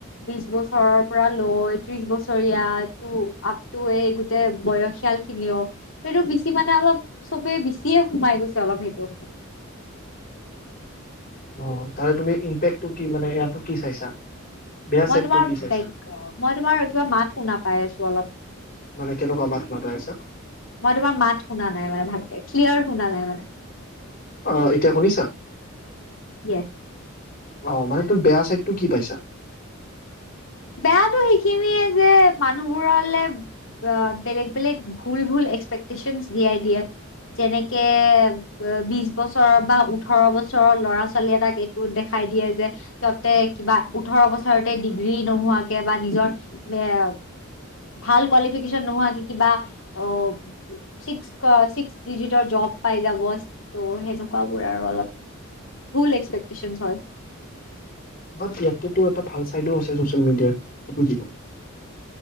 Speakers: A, on the left; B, on the left.
A: বিশ বছৰৰ পৰা লয় ত্ৰিশ বছৰীয়া আপটো এই গোটেই বয়সিয়াল খিনিও সেইটো বেছি মানে অলপ চবে বেছিয়ে সোমাই গৈছে অলপ সেইটোত
B: অ তাৰে তুমি ইম্পেক্টটো কি মানে ইয়াতো কি চাইছা বেয়া
A: মই
B: চাইডটো
A: তোমাৰ
B: কি চাইছা?
A: বেগ মই তোমাৰ কিবা মাত শুনা পাই আছো অলপ।
B: মানে কেনেকুৱা মাত মতাই আছ।
A: মই তোমাৰ মাত শুনা নাই মানে ভালকে ক্লিয়াৰ শুনা নাই মানে। <unintelligible>
B: আহ এতিয়া শুনিছা
A: <unintelligible>
B: আহ মানে তোৰ বেয়া চাইড তটো কি পাইছা?
A: বেয়াতো সেইখিনিয়ে যে মানুহবোৰলে বেলেগ বেলেগ ভুল ভুল এক্সপেক্টেশচন দিয়াই দিয়ে যেনেকে বিশ বছৰ বা ওঠৰ বছৰৰ ল'ৰা ছোৱালী এটাক এইটো দেখাই দিয়ে যে তহতে কিবা ওঠৰ বছৰতে ভ নোহোৱাকৈও বা নিজৰ
B: বাট ইয়াতেতো এটা ভাল চাইডো আছে চচিয়েল মিডিয়াৰ সেইটো কি